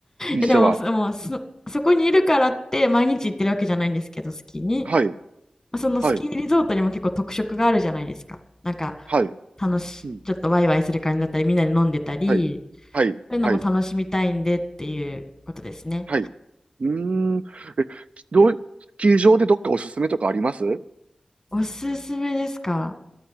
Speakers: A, on the right (about 60°); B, on the left (about 20°).
A: にしては。
B: え、でも、そもうそ、そこにいるからって毎日行ってるわけじゃないんですけど、スキーに。
A: はい、
B: まあそのスキーリゾートにも結構特色があるじゃないですか。
A: はい、
B: なんか、
A: はい。
B: 楽し、
A: うん、
B: ちょっとワイワイする感じだったり、みんなで飲んでたり、
A: はい、はい、
B: そういうのも楽しみたいんでっていうことですね。
A: はい。はい。うーん。え、どう、ス場でどっかおすすめとかあります
B: おすすめですか